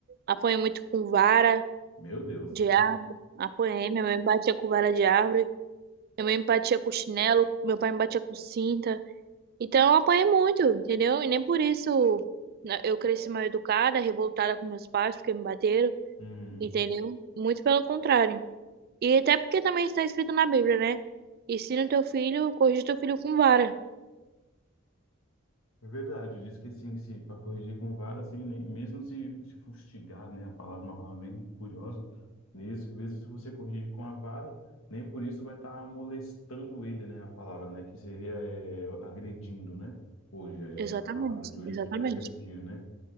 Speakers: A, on the right; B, on the left.
A: Apanhei muito com vara
B: meu Deus.
A: de árvore. Apanhei, minha mãe me batia com vara de árvore. Minha mãe me batia com chinelo. Meu pai me batia com cinta. Então eu apanhei muito, entendeu? E nem por isso né, eu cresci mal educada, revoltada com meus pais, porque me bateram,
B: Uhum.
A: entendeu? Muito pelo contrário. E até porque também está escrito na Bíblia, né? Ensina o teu filho, corrige o teu filho com vara.
B: É verdade, diz que assim, se para corrigir com vara, assim, nem, mesmo se, se fustigar, né, a palavra, uma palavra bem curiosa, nesse, mesmo se você corrigir com a vara, nem por isso vai estar molestando ele, né, a palavra, né, que seria é, agredindo, né, hoje, a gente,
A: Exatamente,
B: a palavra de hoje
A: exatamente.
B: seria agredir, né,